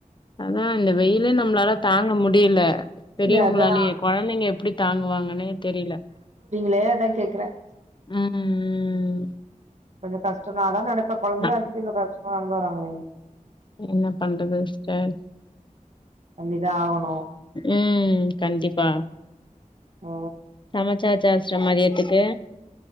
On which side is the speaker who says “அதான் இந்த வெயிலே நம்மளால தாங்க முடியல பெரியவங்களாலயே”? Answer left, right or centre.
Left